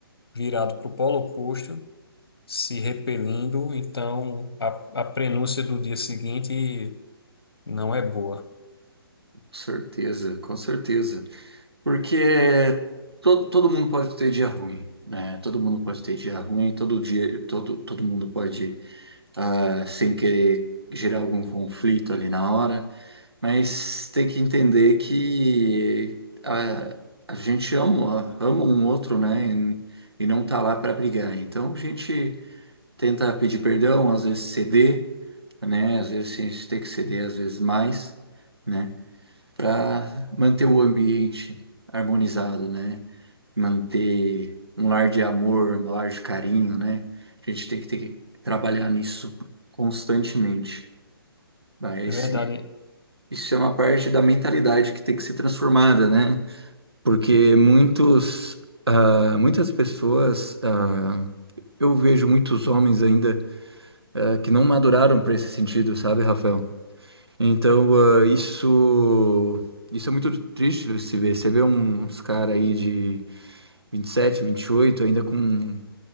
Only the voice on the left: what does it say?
virado para o polo oposto se repelindo, então a, a prenúncia do dia seguinte não é boa.
É verdade,